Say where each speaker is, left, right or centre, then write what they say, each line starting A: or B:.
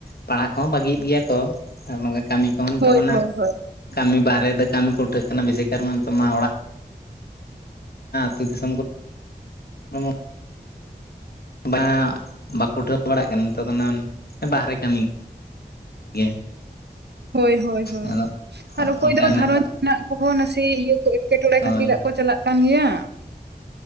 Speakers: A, on the left (about 70°); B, on the right (about 85°).
A: ᱯᱟᱲᱦᱟᱜ ᱠᱚᱦᱚᱸ ᱵᱟᱹᱜᱤᱭᱮᱫ ᱜᱮᱭᱟ ᱠᱚ ᱟᱨ ᱵᱟᱝ ᱠᱟᱹᱢᱤ ᱠᱚᱦᱚᱸ
B: ᱦᱳᱭ
A: ᱛᱚᱢᱱᱟ
B: ᱦᱳᱭ ᱦᱳᱭ
A: ᱾ ᱠᱟᱹᱢᱤ ᱵᱟᱦᱮᱨᱮ ᱨᱮ ᱠᱟᱹᱢᱤ ᱠᱚ ᱩᱴᱷᱟᱹᱜ ᱠᱟᱱᱟ ᱵᱮᱥᱤ ᱠᱟᱨ ᱛᱚ ᱢᱟ <inaudible> ᱫᱤᱥᱚᱢ ᱠᱚᱨᱮ, <unintelligible> ᱵᱟᱸ ᱵᱟᱠᱚ ᱩᱴᱷᱟᱹᱣ ᱵᱟᱲᱟᱜ ᱠᱟᱱᱟ ᱱᱤᱛᱚᱜ ᱫᱚ ᱱᱟ ᱵᱟᱦᱮᱨᱮ ᱠᱟᱹᱢᱤ, ᱜᱮ,
B: ᱦᱳᱭ ᱦᱳᱭ ᱦᱳᱭ,
A: ᱟᱫᱚ
B: ᱟᱨ ᱚᱠᱚᱭ
A: ᱚᱱᱠᱟ
B: ᱫᱚ
A: ᱢᱮᱱᱟᱜ
B: ᱜᱸᱚᱧᱡᱽ ᱨᱮᱱᱟᱜ ᱠᱚ ᱦᱚᱸ ᱱᱟᱥᱮ ᱤᱭᱟᱹ ᱠᱚ ᱮᱴᱠᱮᱴᱚᱬᱮ
A: ᱦᱳᱭ
B: ᱠᱷᱟᱹᱛᱤᱨᱟᱜ ᱠᱚ ᱪᱟᱞᱟᱜ ᱠᱟᱱ ᱜᱮᱭᱟ,